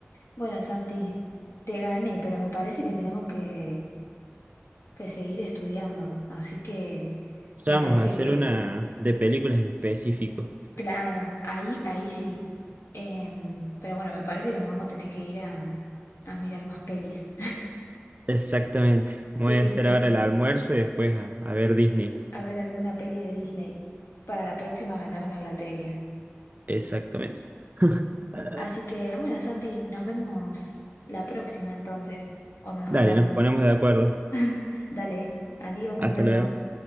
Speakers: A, on the left; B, on the right.
A: Bueno, Santi, te gané, pero me parece que tenemos que que seguir estudiando. Así que me
B: Ya vamos
A: parece
B: a hacer
A: que,
B: una de películas en específico.
A: claro, ahí, ahí sí. Em, pero bueno, me parece que nos vamos a tener que ir a, a mirar más pelis
B: Exactamente. Me
A: <laughs>
B: Voy
A: de Disney,
B: a hacer ahora el almuerzo y después a, a ver Disney.
A: a ver alguna peli de Disney para la próxima ganarme la trivia.
B: Exactamente. <laughs> Ah,
A: Así que bueno, Santi, nos vemos la próxima entonces, o nos
B: Dale,
A: hablamos.
B: nos ponemos de acuerdo.
A: <laughs> Dale, adiós, nos
B: Hasta
A: vemos.
B: luego.